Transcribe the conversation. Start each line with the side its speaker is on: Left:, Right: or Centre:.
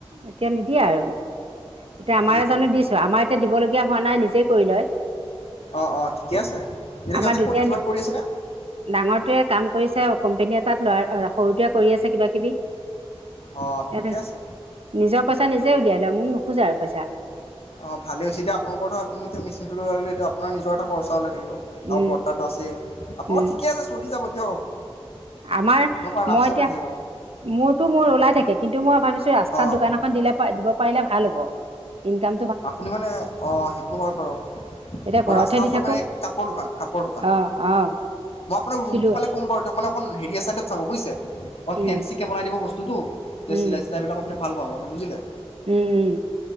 Right: এতিয়া নিদিয়ে আৰু এতিয়া আমাৰ
Left: সেইটোৱে
Right: জানো দিছো আমাৰ এতিয়া দিব লগীয়া হোৱা নাই নিজে কৰি লয়।
Left: অঁ অঁ ঠিকে আছে এতিয়া
Right: আমাৰ
Left: সিহঁতে
Right: দুইটাই
Left: ক'ত কিবাত কৰি আছে নে?
Right: ডাঙৰটোৱে কাম কৰিছে কোম্পেনী এটাত ল সৰুটোৱে কৰি আছে কিবা কিবি।
Left: অ
Right: ইয়াতে
Left: ঠিকে আছে।
Right: নিজৰ পইচা নিজে উলিয়াই লয় মোক নোখোজে আৰু পইচা।
Left: অঁ ভালে হৈছে এতিয়া আপোনালোকৰটো আপুনি এতিয়া মেচিনটো লগাই ললে এতিয়া আপোনাৰ নিজৰ এটা খৰচা ওলাই থাকিব
Right: উম
Left: আৰু বৰ্তাটো আছেই আপোনালোকৰ
Right: উম
Left: ঠিকে আছে চলি যাব দিয়ক।
Right: আমাৰ
Left: আপোনালোকৰ আৰামছে
Right: মই এতিয়া
Left: ওলাই থাকিব
Right: মোৰতো মোৰ ওলাই থাকে কিন্তু মই ভাবিছো ৰাস্তাত
Left: অঁ
Right: দোকান এ এখন দিলে দিব পাৰিলে ভাল হ'ব ইনকাম
Left: আপুনি মানে অ সেইটো হয় বাৰু।
Right: এতিয়া ঘৰতহে
Left: ৰাস্তাৰ
Right: দি
Left: ওচৰত
Right: থাকোঁ
Left: মানে কাপোৰৰ দোকান কাপোৰ দোকান।
Right: অঁ অঁ
Left: মই আপোনাক ৰুমটো
Right: চিলোৱা
Left: পালে ক'ম বাৰু দিয়ক মানে অকণ হেৰিয়া ছাইডত চাব বুজিছে অকণ
Right: উম
Left: ফেঞ্চিকে বনাই দিব বস্তুটো তেতিয়া
Right: উম
Left: চিলাই চিলাইবিলাক আপুনি ভাল পাব ন বুজিলে।
Right: উম, উম।